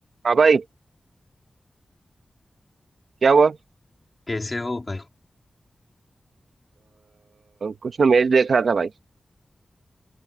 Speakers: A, on the right (about 80°); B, on the left (about 30°).
A: हाँ भाई क्या हुआ आ,
B: कैसे हो भाई
A: कुछ ना मैच देख रहा था भाई